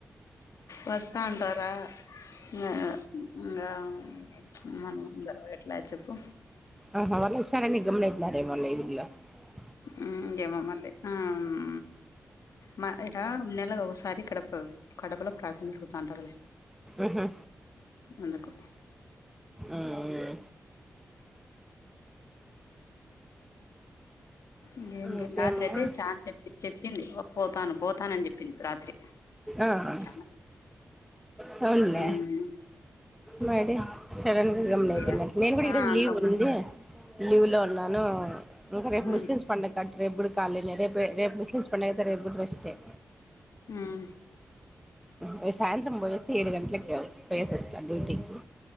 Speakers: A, on the left (about 75°); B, in the centre.
A: వస్తాంటా రా యయా ఉమ్ ఇంగ్హ్ మనం ఉందా ఎట్లా చెప్పు
B: ఆహ వాళ్లు ఒస్తారని <unintelligible>
A: ఉమ్ గేమో మల్లీ అ మ్ మ ఇడా నెలకొకసారి కడపొ కడపలో కట్లు టాంతదిలే
B: ఆహా
A: అందుకు
B: ఉమ్మ్మ్
A: ఇంగేంలే
B: ఇంకేమ్మా
A: రాత్రి అయితే చాన్ చెప్పి చెప్పింది పోతాను పోతానని చెప్పింది రాత్రి
B: ఆహ్
A: చానా
B: పోన్లే
A: మ్మ్
B: మేడే సెలవలేం
A: ఇగ
B: నేను కుడా
A: ఆ
B: ఈరోజు లీవ్
A: గమ్మున
B: ఉందే లీవ్ లో ఉన్నానూ ఇంక రేప్
A: మ్మ్
B: ముస్లిమ్స్ పండక్కి రేపుకూడా కాలినే రేప రేపు ముస్లిమ్స్ పండగైతే రేప్పుగూడ రెస్ట్ ఏ
A: మ్మ్
B: రేపు సాయంత్రం బసు ఏడు గంటలక అవ్ పోయేసోస్త డ్యూటీకి